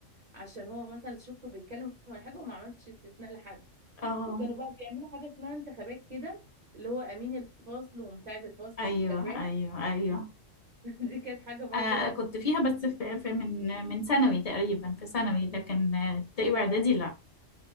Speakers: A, on the right; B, on the left.
A: عشان هو مثلا شفته بيتكلم ولا حاجه وما عملتش استثناء لحد
B: اه
A: وكانوا بقى بيعملوا حاجة اسمها انتخابات كده اللي هو أمين الفصل ومساعد الفصل
B: ايوه
A: فاكراها
B: ايوه ايوه
A: <laughs> دي كانت حاجة برضه
B: انا
A: لطيفة
B: كنت فيها بس في, في من من ثانوي تقريبا في ثانوي لكن ابتدائي واعدادي
A: اه
B: لا